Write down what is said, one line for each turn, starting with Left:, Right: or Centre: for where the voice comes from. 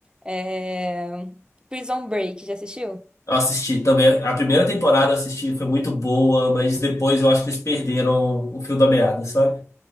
Right: É... Prison Break, já assistiu?
Left: Eu assisti também, a primeira temporada eu assisti, foi muito boa, mas depois eu acho que eles perderam o fio da meada, sabe?